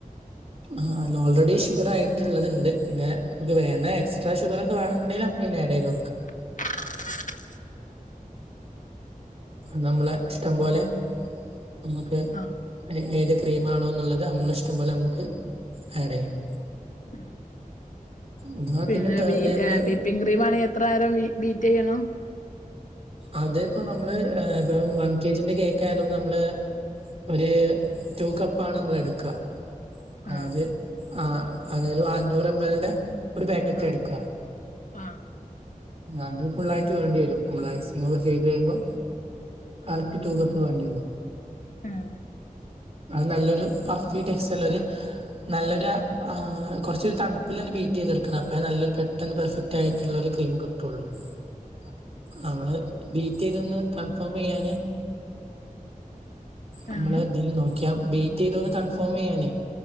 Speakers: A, on the right; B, on the left.
A: ആഹ് അയില് ഓൾറെഡി ഷുഗറായി ട്ടുള്ളത്ണ്ട് പിന്നെ നമക്ക് വേണേ എക്സ്ട്രാ ഷുഗർക്കെ വേണമുണ്ടെങ്കിൽ നമുക്ക് ആഡ് ചെയ്ത് കൊടുക്കാം
B: ആ
A: നമ്മളെ ഇഷ്ടം പോലെ നമ്മുക്ക്
B: ആഹ്
A: ഏത് ക്രീമാ ആണോ എന്നുള്ളത് നമ്മൾ ഇഷ്ടം പോലെ നമുക്ക് ആഡ് ചെയ്യാം
B: ഉം
A: അഥവാ
B: പിന്നെ
A: ടേൺ
B: വി
A: ടേബിള്
B: ആഹ് വിപ്പിങ് ക്രീം ആണെങ്കിൽ എത്ര നേരം ബി ബീറ്റ് യ്യണം
A: അത് ഇപ്പോ നമ്മള് ഇപ്പം വൺ കെ ജിന്റെ കേക്ക് ആയത് കൊണ്ട് നമ്മള് ഒരു ടു കപ്പാണ് നമ്മൾ എടുക്കുക അതായത്
B: ആഹ്
A: ആ അതായത് അഞ്ഞൂറ് എം എൽന്റെ ഒരു പാക്കറ്റ്
B: ആഹ്
A: എടുക്കുക
B: ആഹ്
A: അത് ഫുള്ളായിട്ട് വേണ്ടി വരും നമ്മള ഐസ നിങ്ങൾ ചെയ്ത് കഴിയുമ്പോ കറക്റ്റ് റ്റൂകപ്പ് വേണ്ടി വരും
B: ഉം
A: അത് നല്ലൊരു പഫി ടെക്സ്റ്റൈൽ ഒരു നല്ലൊരു കുറച്ചൊരു തണുപ്പിൽ തന്നെ ബീറ്റ് ചെയ്തെടുക്കുന്നത് അപ്പ നല്ലൊരു പ്ര തന്നെ പെർെഫറ്റ് ആയിട്ടുള്ള ഒരു ക്രീം കിട്ടുള്ളൂ
B: <unintelligible>
A: <unintelligible> ഡീറ്റെയിലൊന്ന് കൺഫോം ചെയ്യാന് നമ്മളെ
B: ആഹ്
A: ഇതിൽ നോ ബീറ്റ് ചെയ്തോന്ന് കൺഫോം ചെയ്യാനേ